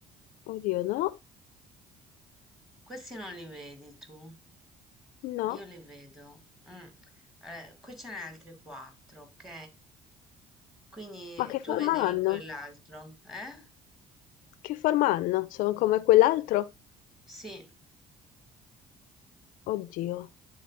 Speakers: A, on the left; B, in the centre.
A: Oddio, no,
B: Questi non li vedi tu?
A: no.
B: Io li vedo. Mm. Allora, qui ce n'è altri quattro, ok? Quindi
A: Ma che
B: tu
A: forma
B: vedevi
A: hanno?
B: quell'altro, eh?
A: Che forma hanno? Sono come quell'altro?
B: Sì,
A: Oddio.